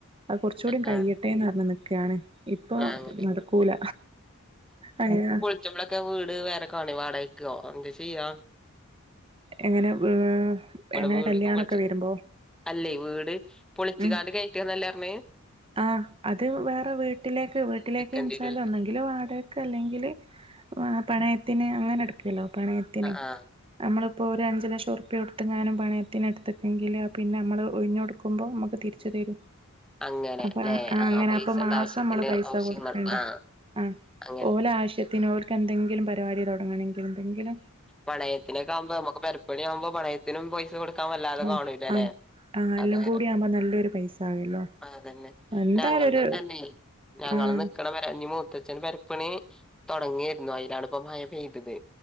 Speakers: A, on the right; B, in the centre.
A: അത് കുറച്ച കൂടി
B: ഏഹ്
A: കഴിയട്ടേന്ന്
B: ആഹ്
A: പറഞ്ഞ് നികണ്. ഇപ്പൊ
B: ആഹ്
A: നടക്കൂല അങ്ങനാ
B: ചറ്റ്പളൊക്കെ വീട് വേറെ കാണുമോ വാടകക്കോ എന്താ ചെയ്യാം
A: എങ്ങനെ ഏഹ് എങ്ങനെ
B: വീടൊക്കെ
A: കല്യാണൊക്കെ
B: പൊളിച്ച്
A: വരുമ്പോ
B: അല്ലേ വീട് പൊളിച്ച
A: ഉം
B: കാണ്ട് കയറ്റുല്ലാന്നല്ലേ പറഞ്ഞേ
A: ആഹ് അത് വേറെ വീട്ടിലേക്ക് വീട്ടിലേക്ക്
B: നിക്കണ്ടി
A: ഇൻച്ചാല്
B: വരും
A: ഒന്നെങ്കിലും ആടെ ഇടക്ക ല്ലെങ്കിൽ പണയത്തിന് അങ്ങനെ എട്ക്കല്ലോ പണയത്തിന്
B: ആ ആഹ
A: നമ്മളിപ്പോ ഒരു അഞ്ച് ലക്ഷം ഇപ്പ എടുത്ത്ങ്ങാനും പണയത്തിന് എടുത്തക്കെങ്കിൽ പിന്നെ നമ്മൾ ഒഴിഞ്ഞുകൊടുക്കുബോൾ നമുക്ക് തിരിച്ചു തരും
B: അങ്ങനെ
A: അപ്പൊ
B: ല്ലെ ആഹ്
A: അങ്ങനെ
B: പൈസന്റെ
A: അപ്പൊ മാസം
B: ആവശ്യത്തിന്
A: നമ്മള് പൈസ
B: ആവശ്യങ്ങൾ
A: കൊടുക്കണ്ട
B: ആഹ്
A: ആ
B: അങ്ങനെ
A: ഓലെ ആവശ്യത്തിന് ഓല്ക്കെന്തെങ്കിലും പരിപാടി തുടങ്ങണെങ്കിലെന്തെങ്കിലും
B: പണയത്തിന് ആകുമ്പോ നമു പെരുപ്പണിയ ആവുമ്പോ പണയത്തിനും പൈസ കൊടുക്കാൻ വല്ലാതെ
A: ആഹ്
B: കാണൂല്ല അല്ലെ
A: ആഹ് ആഹ്
B: അതായ
A: എല്ലാം കൂടി ആകുമ്പോ നല്ലൊരു പൈസ ആകല്ലോ
B: അതന്നെ
A: എന്തായാലും
B: ഞങ്കൾന്നും
A: ഒരു
B: തന്നെ ഞങ്ങള്
A: ആഹ്
B: നിക്കണ പെര അഞ്ഞ് മൂത്തച്ഛന് പെരപണി തുടങ്ങിയായിരുന്നു അതിലാണ്പ്പോ മഴ പെയ്തത്